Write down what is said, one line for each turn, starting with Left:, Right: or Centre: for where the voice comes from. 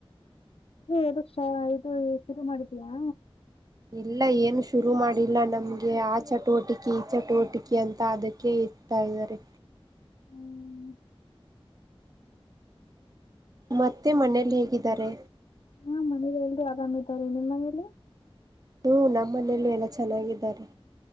Left: ಇದು ಕ್ಷಷ ಇದು ಶುರು ಮಾಡಿದಯಾ
Right: ಇಲ್ಲ ಏನು ಶುರು ಮಾಡಿಲ್ಲ ನಮ್ಗೆ ಆ ಚಟುವಟಿಕೆ ಈ ಚಟುವಟಿಕೆ ಅಂತ ಅದಕ್ಕೆ ಸಿಗ್ತಾ ಇದ್ದಾರೆ
Left: ಹ್ಮ್
Right: ಮತ್ತೆ ಮನೇೆಯಲ್ಲಿ ಹೇಗಿದ್ದಾರೆ
Left: ಹಾ ಮನೆಲ್ಲರೂ ಆರಾಮ ಇದಾರೆ ನಿಮ್ಮ ಮನೇಲಿ
Right: ಹ ನಮ್ಮ ಮನೆಯಲ್ಲೂ ಎಲ್ಲಾ ಚೆನ್ನಾಗಿದ್ದಾರೆ